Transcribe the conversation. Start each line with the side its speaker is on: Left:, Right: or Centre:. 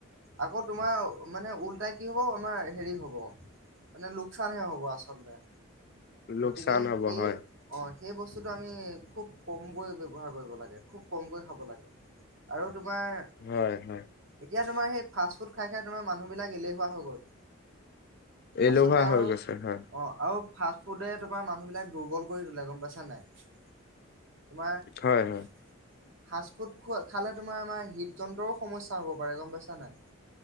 Right: আকৌ তোমাৰ মানে উল্টাই কি হব আমাৰ হেৰি হ'ব মানে লোকচানহে হ'ব আচলতে
Left: লোকচান
Right: গতিকে
Left: হ'ব
Right: সেই
Left: হয়
Right: অ' সেই বস্তুটো আমি খুব কমকৈ ব্যৱহাৰ কৰিব লাগে খুব কমকৈ খাব লাগে আৰু তোমাৰ
Left: হয় হয়
Right: এতিয়া তোমাৰ সেই ফাষ্টফুড খাই খাই তোমাৰ মানুহবিলাক এলেহুৱা হৈ গ'ল।
Left: এলেহুৱা
Right: আচলতে আৰু
Left: হৈ গৈছে হয়।
Right: অ' আৰু ফাষ্ট ফুদে তোমাৰ মানুহ বিলাক দুৰ্বল কৰি তোলে গম পাইছা নাই। তোমাৰ
Left: হয় হয়
Right: ফাষ্টফুড খো খালে তোমাৰ আমাৰ হৃদ যন্ত্ৰৰো সমস্যা হ'ব পাৰে গম পাইছা নাই।